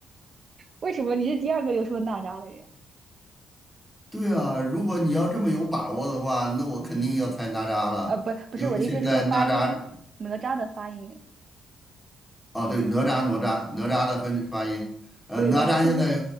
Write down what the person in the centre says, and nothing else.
对啊，如果你要这么有把握的话，那我肯定要猜哪吒了，
因为现在哪吒，
哦，对，哪吒哪吒哪吒的分发音，呃，
哪吒现在